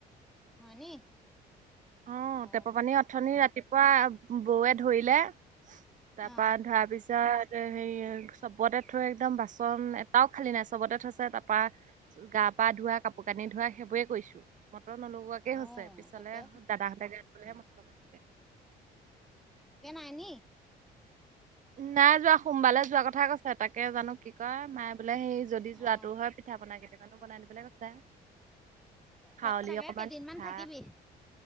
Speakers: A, in the centre; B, on the right (about 50°).
A: হয়নি
B: আহ
A: অ
B: টেপৰ পানী অথনি ৰাতিপুৱা বৌৱে ধৰিলে। তাৰপা
A: অ
B: ধৰা পিছত সে চবতে থৈ একদম বাচন এটাও খালি নাই চবতে থৈছে তাৰপা গাপ পা ধোৱা কাপোৰ কানি ধোৱা সেইবোৰে কৰিছো। মটৰ নলোৱাকে
A: অ
B: হৈছে পিছলে
A: তাকে
B: দাদাহঁতে যাত বুলি ক'লে মতলব আছে।
A: হেনি
B: নাই যোৱা। সোমবাৰে যোৱা কথা কৈছে তাকে জানো কি কয়, মাই বোলে সেই যদি যোৱাতটো
A: অ
B: হয় পিঠা পিঠা কেইটামানো বনাই নিবলৈ কৈছে। খাৱলি
A: তই চাগে
B: অকমান
A: কেইদিনমান
B: পিঠা
A: থাকিবি।